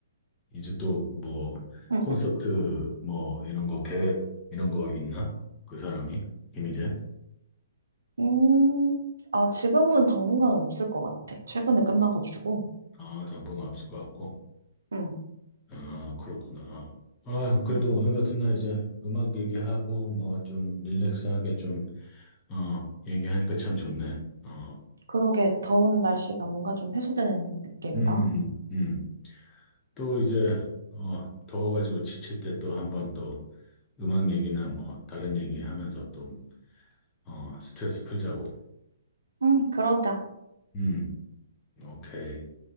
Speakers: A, on the left; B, on the right.
A: 이제 또 뭐,
B: 음
A: 콘서트 뭐, 이런 거 계획, 이런 거 있나? 그 사람이? 김희재?
B: 음, 음, 아, 지금은 당분간은 없을 것 같아. 최근에 끝나가지고
A: 아, 당분간 없을 것 같고.
B: 음,
A: 아, 그렇구나. 아, 그래도
B: 음,
A: 오늘 같은 날 이제 음악 얘기하고 뭐 좀 릴렉스하게 좀, 어, 얘기하니까 참 좋네. 어,
B: 그러게, 더운 날씨가 뭔가 좀 해소되는 느낌이다.
A: 음, 음. 또 이제, 어, 더워가지고 지칠 때 또 한번 또 음악 얘기나 뭐 다른 얘기 하면서 또 어, 스트레스 풀자고.
B: 음, 그러자.
A: 음, 오케이.